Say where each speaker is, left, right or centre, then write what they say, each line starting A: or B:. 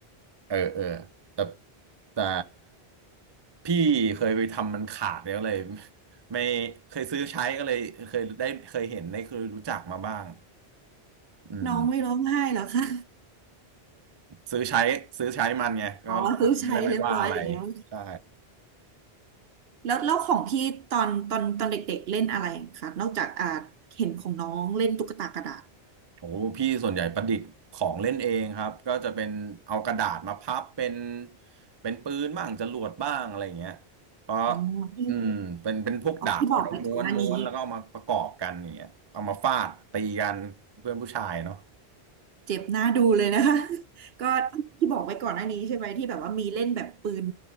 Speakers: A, on the right (about 30°); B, on the right (about 70°).
A: เออเออแต่แต่พี่เคยไปทำมันขาดแล้วเลย <laughs> ไม่เคยซื้อใช้ก็เลยเคยได้เคยเห็นได้เคยรู้จักมาบ้างอืม
B: น้องไม่ร้องไห้เหรอคะ
A: ซื้อใช้ซื้อใช้มันไงก็
B: อ๋อซื้อใช้เรียบร้อยแล้ว
A: ก็เลยไม่ว่าอะไรใช่
B: แล้วแล้วของพี่ตอนตอนตอนเด็กๆเล่นอะไรคะนอกจากอ่าเห็นของน้องเล่นตุ๊กตากระดาษ
A: โอ้พี่ส่วนใหญ่ประดิษฐ์ของเล่นเองครับก็จะเป็นเอากระดาษมาพับเป็นเป็นปืนบ้างจรวดบ้างอะไรอย่างเงี้ยเพราะ
B: อ๋อที่
A: อืมเป็นเป็นพวกดาบแล้วม้วนม้วนแล้วก็เอามาประกอบกันอย่างเงี้ยเอามาฟาดตีกันเพื่อนผู้ชายเนาะ
B: อ๋อพี่บอกไว้ก่อนหน้านี้เจ็บหน้าดูเลยนะคะ <laughs> ก็ที่บอกไว้ก่อนหน้านี้ใช่ไหมที่แบบว่ามีเล่นแบบปืน